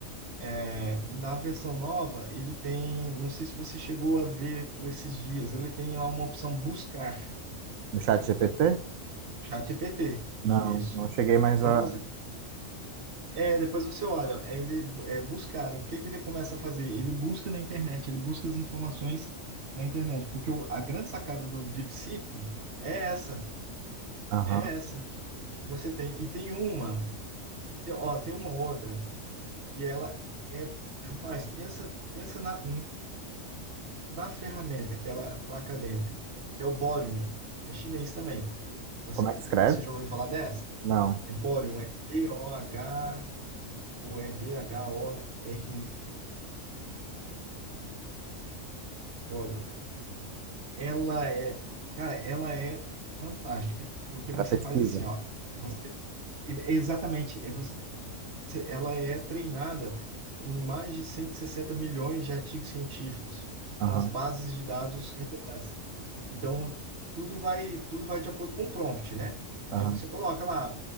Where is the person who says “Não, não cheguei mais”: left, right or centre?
Right